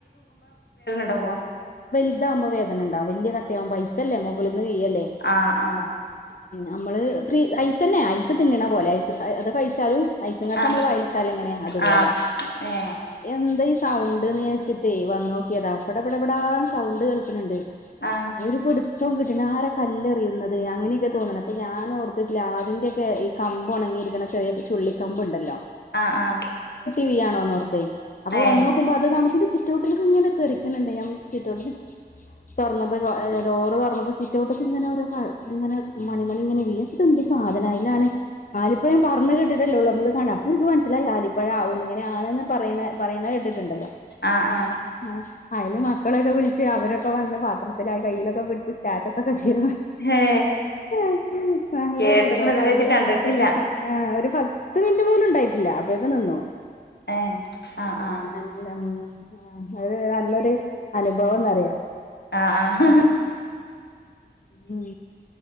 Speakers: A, on the left; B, on the left.
A: ണ്ടവോ
B: ഇതാവുമ്പോ വേദനണ്ടാവും വല്ല്യ കട്ടയാവുമ്പോ ഐസല്ലേ മൊകളി ന്ന് വീഴല്ലേ
A: ആ ആ
B: നമ്മള് ഫ്രീ ഐസന്നെ ഐസ് തിന്ന്ണ പോലെ ഐസ് ക അത് കഴ് ച്ചാലു ഐസക്കട്ട
A: ആ
B: നമ്മള് വയേലിട്ടല് എങ്ങനെ അതുപോലെ
A: ആ ഏ
B: എന്താ ഈ സൗണ്ട്ന്ന് ഞ ട്ട്ട്ടെ വന്നോക്കിയതാ പെട പെട പെടാന്ന് സൗണ്ട് കേൾക്ക്‌ണ്‌ണ്ട്
A: ആ
B: ഒരു പിടുത്തം കിട്ട്ണ്‌ ആരാ കല് എറിയുന്നത് അങ്ങനെയൊക്കെ തോന്ന്ണേ അപ്പോ ഞാനോർത്ത് പ്ലാവിന്റൊക്കെ ഈ കമ്പ് ഒണങ്ങിയിരിക്ക്‌ണ ചെറിയ ചുള്ളിക്കമ്പ്ണ്ടല്ലോ
A: ആ ആ
B: ഇല്ല്യാണോന്നോർത്തേ അപ്പൊ
A: ഏ
B: വന്നോക്കുമ്പോ അത് കാണ്‌ സിറ്റോട്ടില്ക്ക്‌ങ്ങനെ തെ ക്കണണ്ട് <unintelligible> തൊറന്നപ്പോ ഏഹ് ഡോറ് തൊറന്നപ്പോ സിറ്റൗട്ട്ന്ന് ഇങ്ങനെ ഓരോ പഴ് ഇങ്ങനെ മണി മണി ങ്ങനെ ഇതെന്താ സാധനം അയിലാണെ ആലിപ്പഴം പറന്ന്കെട് ട്ടിയതല്ലേ ഉള്ളൂ നമ്മള് കാണ അപ്പോൾ എനിക്ക് മനസ്സിലായി ആലിപ്പഴാവൂന്ന് ഇങ്ങനെ ആണെന്ന് പറയണ് പറയണ കേട്ടിട്ടുണ്ടല്ലോ
A: ആഹ് ആഹ്
B: ആഹ് അയില് മക്കളൊക്കെ വിളിച്ച് അവരൊക്കെ വന്ന് പാത്രത്തിലാ കയ്യിലൊക്കെ പിടിച്ച് സ്റ്റാറ്റസ് ഒക്കെ ച്
A: ഏ
B: <unintelligible> നല്ല
A: കേട്ട്ക്ക്ണ്
B: രസാ
A: ഇതുവരായിട്ട്
B: കാണാൻ,
A: കണ്ടിട്ടില്ല
B: ആ ഒരു പത്ത് മിനിറ്റ് ട്ടുപോലും ഉണ്ടായിട്ടില്ല അപ്പേക്കും നിന്നു
A: ഏ ആ ആ
B: അല്ല മ് ഉം അത് ട്ട് അനുഭവന്നറിയാ
A: ആ ആഹ്
B: ഉം